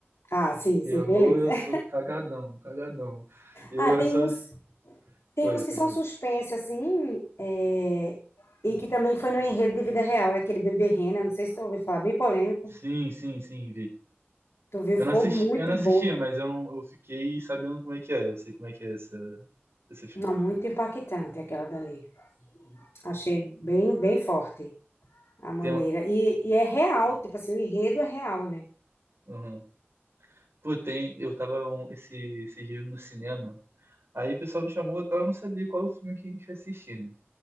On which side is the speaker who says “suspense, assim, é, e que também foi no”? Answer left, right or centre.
Left